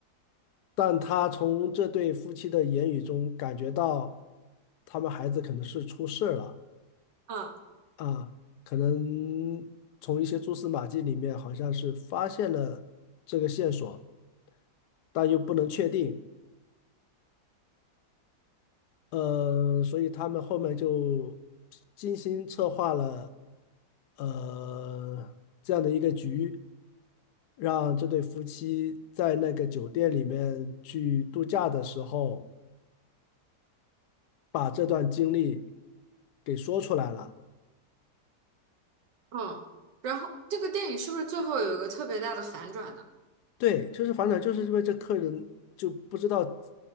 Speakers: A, on the left; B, on the right.
A: 但他从这对夫妻的言语中感觉到，他们孩子可能是出事了。
B: 啊
A: 啊，可能从一些蛛丝马迹里面，好像是发现了这个线索，但又不能确定。呃，所以他们后面就精心策划了，呃，这样的一个局，让这对夫妻在那个酒店里面去度假的时候，把这段经历给说出来了。
B: 哦，然后这个电影是不是最后有一个特别大的反转呢？
A: 对，就是反转，就是因为这客人就不知道